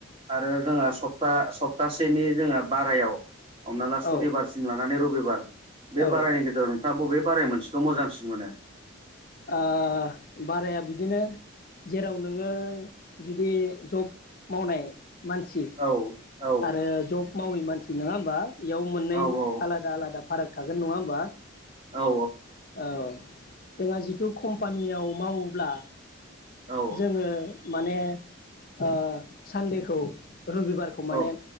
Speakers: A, on the right; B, on the left.
A: आरो जोंहा सप्ता सप्तासेनि जोङो बारायाव हमना ला
B: औ
A: सनिबारसिम
B: औ
A: लानानै रबिबा बार बे
B: औ
A: बारायनि गेजेराव आ बबे बाराय मोनसेखौ मोजांसिन मोनो
B: ओ बाराया बिदिनो जेराव नोङो जुदि जब मावनाय मानसि
A: औ औ
B: आरो ज जब मावै मानसि नङा होमबा बेयाव मोननै
A: औ
B: आलादा आलादा फाराग थागोन नङा होमबा।
A: औ
B: औ। जोंहा जिथु कम्पानियाव मावोब्ला
A: औ
B: जोङो माने ओ सान्देखौ रुबि खौ माने
A: औ